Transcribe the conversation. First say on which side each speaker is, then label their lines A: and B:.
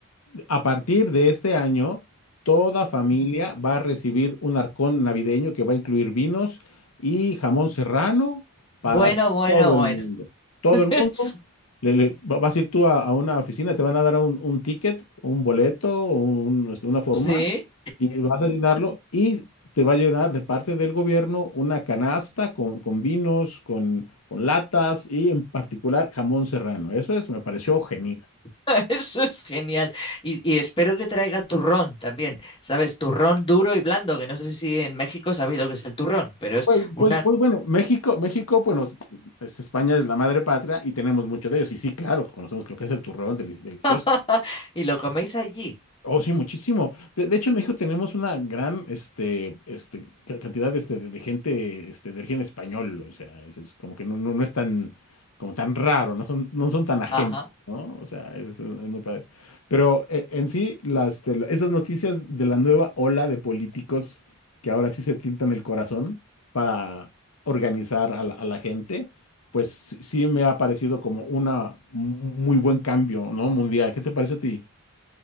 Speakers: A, on the left (about 75°); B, on the left (about 25°).
A: a partir de este año, toda familia va a recibir un arcón navideño que va a incluir vinos y jamón serrano para
B: Bueno, bueno,
A: todo el
B: bueno.
A: mundo. Todo
B: <laughs>
A: el mundo. le- le- va- vas a ir tú a, a una oficina, te van a dar un, un ticket, un boleto, un- este, una forma,
B: Sí,
A: y vas a llenarlo y te va a llenar de parte del gobierno una canasta con, con vinos, con, con latas y en particular jamón serrano. Eso es, me pareció genial.
B: <laughs> eso es genial. Y, y espero que traiga turrón también, ¿sabes? Turrón duro y blando, que no sé si en México sabéis lo que es el turrón, pero es
A: Pues,
B: una...
A: pues, pues bueno, México, México, bueno, es- este, España es la madre patria y tenemos mucho de ellos. Y sí, claro, conocemos lo que es el turrón deli- delicioso.
B: <laughs> y lo coméis allí.
A: Oh, sí, muchísimo. De, de hecho, en México tenemos una gran este, este, ca- cantidad este, de, de gente este, de origen español. O sea, es, es como que no, no, no es tan, como tan raro, no son, no son tan ajenos,
B: Ajá.
A: ¿no? O sea, es, es muy padre. Pero eh, en sí, las, de la- esas noticias de la nueva ola de políticos que ahora sí se tientan el corazón para organizar a la, a la gente, pues sí, sí me ha parecido como una, un un muy buen cambio, ¿no? Mundial. ¿Qué te parece a ti?